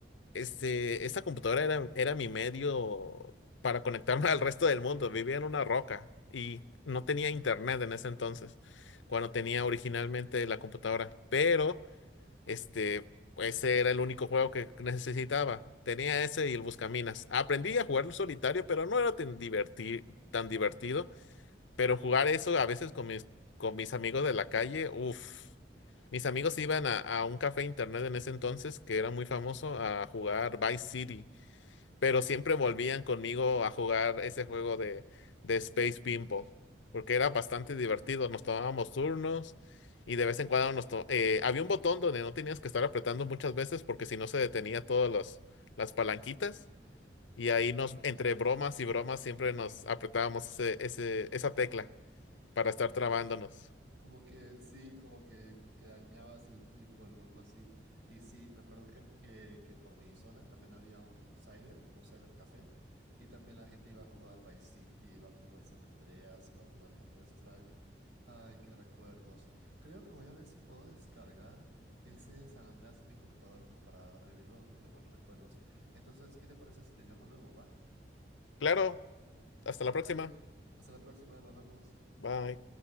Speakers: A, on the left; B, on the right.
A: Este, esta computadora era, era mi medio para conectarme <laughs> al resto del mundo. Vivía en una roca y no tenía internet en ese entonces, cuando tenía originalmente la computadora. Pero, este, ese era el único juego que necesitaba. Tenía ese y el Buscaminas. Aprendí a jugarlo solitario, pero no era tan diverti- tan divertido pero jugar eso a veces con mis, con mis amigos de la calle, uff. Mis amigos iban a, a un café internet en ese entonces que era muy famoso a jugar Vice City, pero siempre volvían conmigo a jugar ese juego de, de Space Pinball, porque era bastante divertido. Nos tomábamos turnos y de vez en cuando nos to- eh, había un botón donde no tenías que estar apretando muchas veces porque si no se detenía todas las las palanquitas y ahí nos, entre bromas y bromas, siempre nos apretábamos ese, ese, esa tecla para estar trabándonos.
B: Como que sí, como que, como que dañabas el pinball o algo así. Y sí, me acuerdo que, que, que por mi zona también había un cyber, como un cybercafé. Y también la gente iba a jugar Vice City, iba a jugar San Andreas, iba a jugar Counter-Strike. Ay, qué recuerdos. Creo que voy a ver si puedo descargar ese San Andreas en mi computador como para revivir los, los buenos recuerdos. Entonces, ¿qué te parece si te llamo luego, va?
A: Claro, hasta la próxima.
B: Dale, hasta la próxima, nos vemos.
A: Bye.